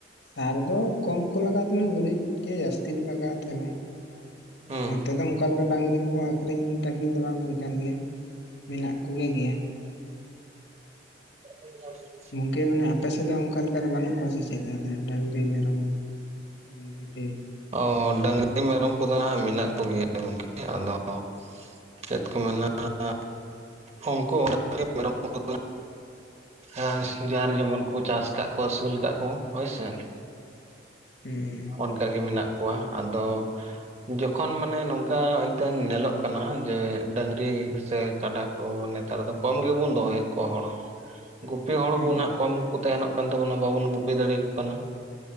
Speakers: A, on the left; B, on the right.
A: ᱥᱟᱨ ᱫᱚ ᱠᱚᱢ ᱠᱚ ᱞᱟᱜᱟᱣ ᱛᱟᱦᱮᱸᱱᱟ ᱜᱩᱨᱤᱡ ᱜᱮ ᱡᱟᱹᱥᱛᱤ ᱠᱚ ᱞᱟᱜᱟᱣ ᱛᱟᱦᱮᱸᱱᱟ᱾ ᱟᱨ
B: ᱦᱩᱸ
A: ᱱᱚᱛᱮ ᱫᱚ ᱚᱱᱠᱟ ᱞᱮᱠᱟ ᱰᱟᱹᱝᱨᱤ ᱠᱚᱦᱚ ᱟᱠᱷᱨᱤᱧ ᱴᱟᱠᱷᱨᱤᱧ ᱫᱚ ᱵᱟᱝ ᱦᱩᱭ ᱟᱠᱟᱱ ᱜᱮᱭᱟ᱾ ᱢᱮᱱᱟᱜ ᱠᱚᱜᱮ ᱜᱮᱭᱟ,
B: ᱚᱱ ᱱᱟᱜᱮ
A: ᱜᱚᱝᱠᱮ ᱢᱟᱱᱮ ᱟᱯᱮ ᱥᱮᱫ ᱫᱚ ᱚᱝᱠᱟ ᱞᱮᱠᱟ ᱜᱮ ᱵᱟᱹᱱᱩᱜ ᱠᱚᱣᱟ ᱥᱮ ᱪᱮᱫ ᱛᱟᱦᱮᱞᱮ ᱰᱟᱺᱜᱽᱨᱤ, ᱢᱮᱨᱚᱢ, ᱵᱷᱤ ᱵᱷᱤᱰᱤ?
B: ᱚ ᱰᱟᱺᱜᱽᱨᱤ ᱢᱮᱨᱚᱢ ᱠᱚᱫᱚ ᱱᱷᱟᱸᱜ ᱢᱮᱱᱟᱜ ᱠᱚᱜᱮᱭᱟ ᱜᱚᱝᱠᱮ ᱟᱫᱚ ᱪᱮᱫ ᱠᱚ ᱢᱮᱱᱟᱜ-ᱟ, ᱩᱸᱠᱳ ᱰᱟᱺᱜᱽᱨᱤ ᱢᱮᱨᱚᱢ ᱠᱳᱫᱳ ᱟᱥ ᱡᱟᱨ ᱡᱮᱢᱚᱱ ᱠᱚ ᱪᱟᱥ ᱠᱟᱜ ᱠᱚᱣᱟ ᱟᱹᱥᱩᱞ ᱠᱟᱜ ᱠᱚ ᱦᱳᱭᱥᱮ᱾
A: ᱦᱩᱸ
B: ᱚᱱᱠᱟ ᱜᱮ ᱢᱮᱱᱟᱜ ᱠᱚᱣᱟ, ᱟᱫᱚ ᱡᱚᱠᱷᱚᱱ ᱢᱟᱱᱮ ᱱᱚᱝᱠᱟ ᱮᱱᱛᱮᱱ ᱱᱮᱞᱚᱜ ᱠᱟᱱᱟ ᱡᱮ ᱰᱟᱺᱜᱽᱨᱤ ᱥᱮ ᱠᱟᱰᱟ ᱠᱚ ᱱᱮᱛᱟᱨ ᱫᱚ ᱠᱚᱢ ᱜᱮᱵᱚᱱ ᱫᱚᱦᱚᱭᱮᱜ ᱠᱚᱣᱟ ᱦᱚᱲ ᱦᱚᱸ ᱾ ᱜᱩᱯᱤ ᱦᱚᱲ
A: ᱦᱩᱸ
B: ᱠᱚ ᱱᱷᱟᱸᱜ ᱠᱚᱢ ᱜᱮᱠᱩ ᱛᱟᱦᱮᱸᱱᱚᱜ ᱠᱟᱱ ᱛᱟᱵᱚᱱᱟ, ᱵᱟᱵᱚᱱ ᱜᱩᱯᱤ ᱫᱟᱲᱮᱭᱟᱠᱚ ᱠᱟᱱᱟ ᱾